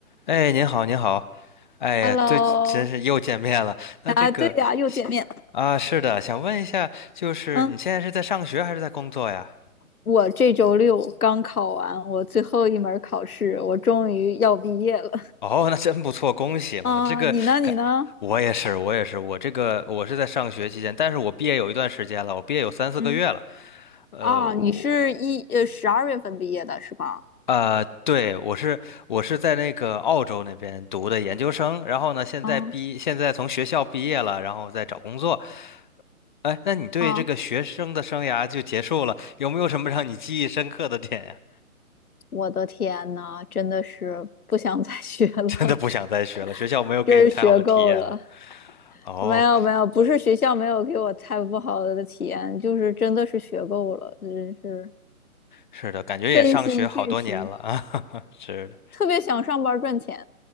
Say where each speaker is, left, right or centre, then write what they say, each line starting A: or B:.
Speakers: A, on the left; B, on the left.
A: 哎，您好，您好，哎呀，
B: Hello，
A: 对，真是又见面了。那这个
B: 啊，对呀，又见面了。
A: 啊，是的，想问一下，就是你现在是在上学还是在工作呀？
B: 嗯，我这周六刚考完我最后一门儿考试，我终于要毕业了。
A: 哦，那真不错，恭喜了。
B: <laughs> 啊，
A: 这个感，
B: 你呢？你呢？
A: 我也是，我也是，我这个我是在上学期间，但是我毕业有一段时间了，我毕业有三四个月了。
B: 嗯，
A: 呃，
B: 啊，
A: 我
B: 你是一呃十二月份毕业的是吧？
A: 呃，对，我是我是在那个澳洲那边读的研究生，然后呢，现在毕现在从学校毕业了，
B: 啊
A: 然后在找工作。哎，那你对这个学生的生涯就结束了，
B: 啊，
A: 有没有什么让你记忆深刻的点呀？
B: 我的天呐，真的是不想再学了，
A: <laughs> 真的不想再学了，学校没有给你太好的体验吗？
B: <laughs> 真是学够了。
A: 哦，
B: 没有没有，不是学校没有给我太不好的体验，就是真的是学够了，真是
A: 是的，感觉也上学好多年了啊，
B: 身心俱疲，
A: <laughs> 是的。
B: 特别想上班儿赚钱。